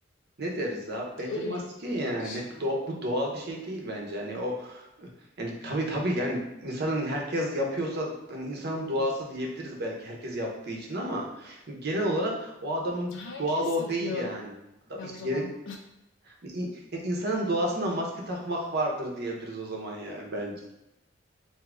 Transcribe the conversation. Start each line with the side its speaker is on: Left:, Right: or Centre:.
Right: Ne deriz abi? Bence
Left: öyle
Right: maske
Left: bir
Right: yani.
Left: bakışım
Right: <laughs> Do-
Left: var.
Right: bu doğal bir şey değil bence. Hani o yani tabii tabii yani insanın herkes yapıyorsa hani insanın doğası diyebiliriz belki herkes yaptığı için ama hani genel olarak o adamın
Left: Herkes
Right: doğalı o
Left: yapıyor.
Right: değil yani. Adam
Left: Yani
Right: işte
Left: o zaman
Right: genel hani in- yani insanın doğasında maske takmak vardır diyebiliriz o zaman yani bence.